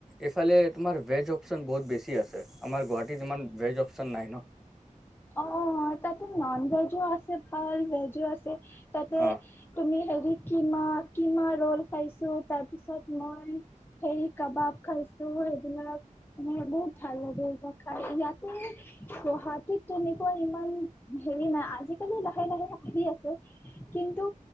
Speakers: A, in the centre; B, on the left.
A: এইফালে তোমাৰ ভেজ অপচন বহুত বেছি আছে। আমাৰ গুৱাহাটীত ইমান ভেজ অপচন নাই ন।
B: অ তাতে নন ভেজও আছে ভাল ভেজও আছে তাতে
A: অ
B: তুমি হেৰি কিমা কিমা ৰল খাইছো তাৰ পিছত মই হেৰি কাবাব খাইছো সেইবিলাক মোৰ বহুত ভাল লাগে ইয়তেো গুৱাহাটীত তেনেকুৱা ইমান হেৰি নাই আজিকালি লাহে লাহে আহি আছে কিন্তু